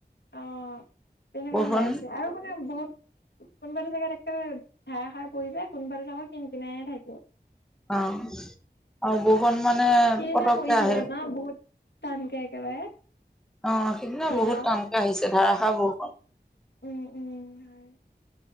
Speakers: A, on the left (about 80°); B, in the centre.
A: অ', তেনেকুৱা
B: বৰষুণ
A: হৈ আছে আৰু মানে শুনা বহুত কোনোবাটো জেগাত একে ধাৰাসাৰ পৰি যায় কোনোবাতোত আকৌ কিনকিনাইহে থাকিব।
B: অহ - অহ বৰষুণ মানে
A: সেইদিনা
B: পতককে
A: পৰিছিলে
B: আহে
A: ন' বহুত টানকে একেবাৰে?
B: অহ, সেইদিনা
A: দিনত
B: বহুত টামকে আহিছে ধাৰাসাৰ বৰষুণ।
A: উম উম হয়